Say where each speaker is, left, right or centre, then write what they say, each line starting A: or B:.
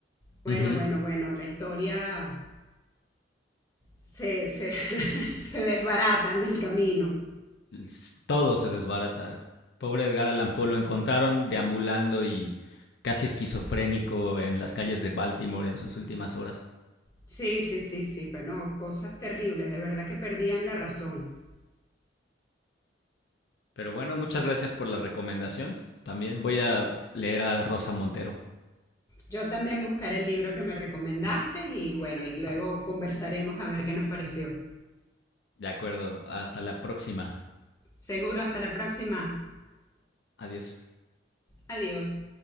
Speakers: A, on the left; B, on the left.
A: bueno,
B: Ujú.
A: bueno, bueno, la historia se, se, <laughs> se desbarata en el camino.
B: S- Todo se desbarata. Pobre Edgar Allan Poe lo encontraron deambulando y casi esquizofrénico en las calles de Baltimore en sus últimas horas.
A: Sí, sí, sí, sí, bueno, cosas terribles, de verdad que perdían la razón.
B: Pero bueno, muchas gracias por la recomendación. También voy a leer a la Rosa Montero.
A: Yo también buscaré el libro que me recomendaste y bueno, y luego conversaremos a ver qué nos pareció.
B: De acuerdo, hasta la próxima.
A: Seguro, hasta la próxima.
B: Adiós.
A: Adiós.